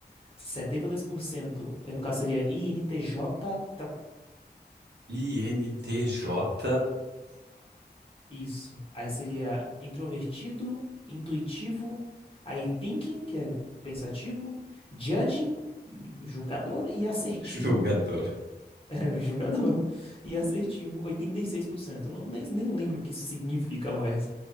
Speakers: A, on the left; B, on the right.
A: setenta e dois por cento. eh, no caso seria INTJ-A.
B: INTJ-A,
A: Isso. Aí seria introvertido, intuitivo, aí thinking, que é pensativo, judging, julgador, e assertivo,
B: jogador. <laughs>
A: <laughs> é, julgador, e assertivo, oitenta e seis por cento Não, nem, nem lembro o que isso significa mais,